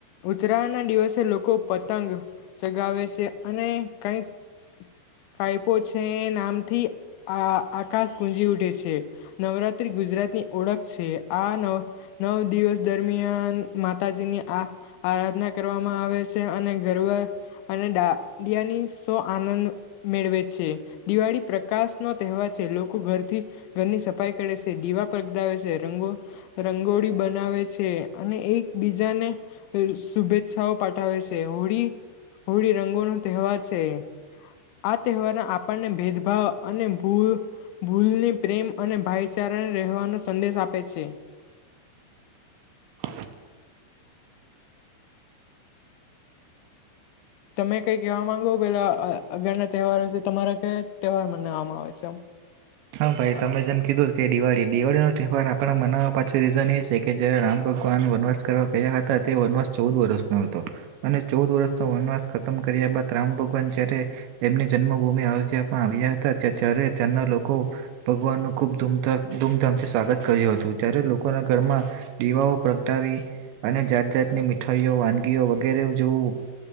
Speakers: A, on the left; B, on the right.
A: ઉત્તરાયણ ના દિવસે લોકો પતંગ ચગાવે છે અને કઈક કાયપો છે નામથી આ આકાશ ગુંજી ઉઠે છે. નવરાત્રી ગુજરાતની ઓળખ છે આ ન નવ દિવસ દરમિયાન માતા ની આરાધના કરવામાં આવે છે અને ગરવ અનેાિયાની સો આનંદ મેળવે છે દિવાળી પ્રકાશ નો તહેવાર છે લોકો ઘરથી ઘરની સફાઈ કરે છે દીવા પગડાવે છે રંગો રંગોળી બનાવે છે અને એક બીજાને શુભેચ્છાઓ પાઠાવે છે હોળી હોળી રંગો નો તહેવાર છે આ તહેવારના આપણને ભેદભાવ અને ભૂલ ભૂલની પ્રેમ અને ભાાઈચારાને રહેવાનો સંદેશ આપે છે
B: હ
A: તમે કઈ કહેવા માંગો પેલા અગાર ના તહેવારો છે તમારા કયા તહેવાર મનાવવામાં આવે છે આમ
B: હા ભાઈ તમે જેમ કીધું કે દિવાળી દિવાળી નો તહેવાર આપણા મનાવવા પાછો રીઝન એ છે કે જ રામ ભગવાન વનવાસ કરવા ગયા હતા તે વનવાસ ચૌદ વર્ષનો હતો અને ચૌદ વર્ષનો વનવાસ ખતમ કરી કર્યા બાદ રામ ભગવાન જ્યારે એમની જન્મભૂમિ અયોધ્યામાં આવ્યા હતા ત્યારે ત્યાંના લોકો ભગવાનનું ખૂબ ધ ધૂમધામથી સ્વાગત કર્યું હતું જ્યારે લોકોના ઘરમાં દીવાઓ પગડાવી અને જાત જાતની મીઠાઈઓ વાનગીઓ વગેરે જોવું